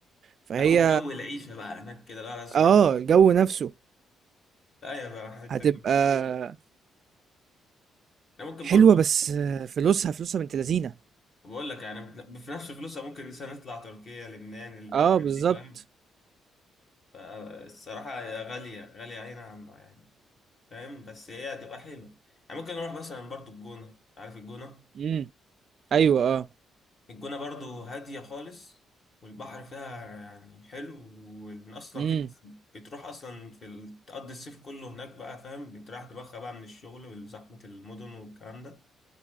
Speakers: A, on the right; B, on the left.
A: فهي
B: لا والجو العيشة بقى هناك كده لا لا سجارة
A: اه الجو نفسه
B: لا يا بقى حتة
A: هتبقى
B: جامدة احنا ممكن
A: حلوة
B: برضه
A: بس آه، فلوسها فلوسها بنت لذينة
B: بقول لك يعني بن- في نفس فلوسها ممكن مثلا نطلع تركيا لبنان الحاجات
A: اه بالظبط
B: دي فاهم فالصراحة هي غالية غالية هنا عندها يعني فاهم بس هي هتبقى حلوة يعني ممكن نروح مثلا برضه الجونة عارف الجونة
A: امم ايوه اه
B: الجونة برضو هادية خالص والبحر فيها يعني حلو وإن أصلا
A: امم
B: في ناس بتروح أصلا في ال- تقضي الصيف كله هناك بقى فاهم بتريح دماغها بقى من الشغل وزحمة المدن والكلام ده